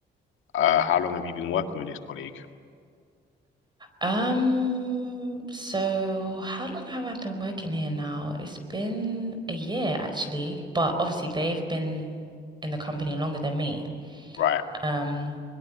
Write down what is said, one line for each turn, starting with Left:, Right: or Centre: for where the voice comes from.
Left: uh, how long have you been working with this colleague?
Right: Um, so how long have I been working here now? It's been a year actually, but obviously they've been in the company longer than me.
Left: Right.
Right: Um,